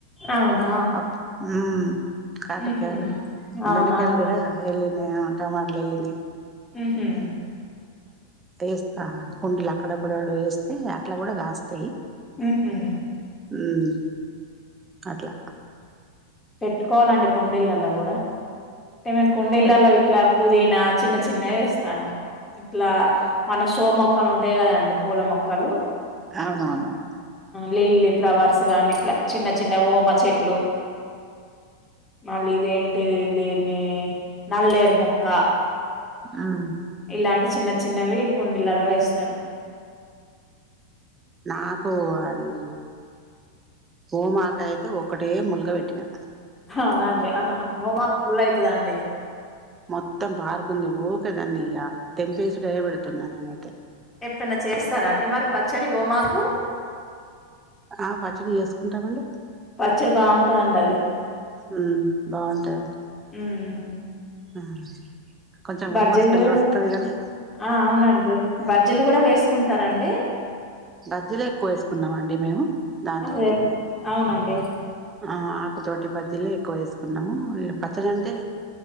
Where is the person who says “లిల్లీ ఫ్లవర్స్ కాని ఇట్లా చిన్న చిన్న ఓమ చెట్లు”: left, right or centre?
Left